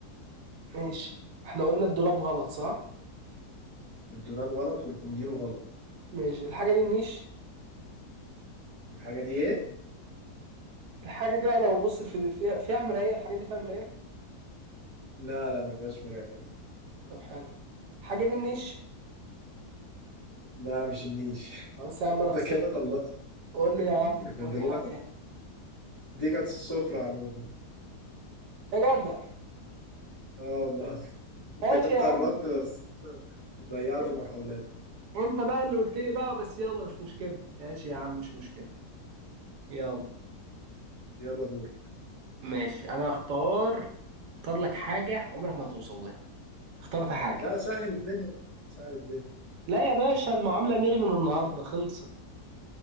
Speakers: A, on the right; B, on the left.
A: ماشي احنا قلنا الدولاب غلط صح؟
B: الدولاب غلط والكوميدينو غلط
A: ماشي الحاجة دي النيش
B: الحاجة دي ايه؟
A: الحاجة دي انا ببص في فيها فيها مراية الحاجة دي فيها مراية
B: لا لا ما فيهاش مراية
A: طب حلو الحاجة دي النيش
B: لا مش النيش
A: خلاص يا
B: <laughs>
A: عم انا
B: انت
A: خسرت
B: كده خلصت
A: قول لي يا عم
B: <laughs>
A: قول
B: انت
A: لي
B: كده
A: الحاجة
B: خلصت.
A: ايه
B: دي كانت السفرة عموما
A: يا جدع
B: اه والله انت
A: ماشي
B: كنت
A: يا
B: قربت
A: عم
B: بس ضيعت
A: انت
B: محاولاتي
A: انت بقى اللي قلت لي بقى بس يلا مش مشكلة ماشي يا عم مش مشكلة يلا
B: يلا دور
A: ماشي انا هختار اختار لك حاجة عمرك ما هتوصل لها اخترت حاجة
B: لا سهل الدنيا بقى سهل الدنيا
A: لا يا باشا المعاملة ميري من النهاردة خلصت